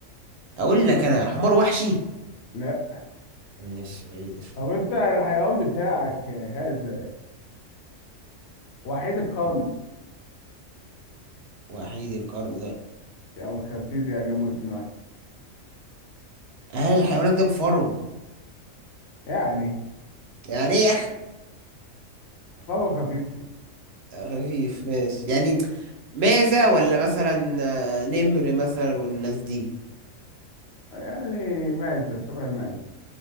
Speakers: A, on the right; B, on the left.
A: اقول لك انا حمار وحشي
B: لا
A: ماشي بعيد شوية
B: طب انت الحيوان بتاعك هذا وحيد القرن
A: وحيد القرن لا
B: او الخرتيت يعني هما الاتنين واحد
A: هل الحيوان ده بفرو
B: يعني
A: يعني ايه
B: فرو خفيف كده
A: <laughs> خفيف ماشي يعني معزة ولا مثلا آه، نمر مثلا والناس دي
B: يعني معزة شبه المعزة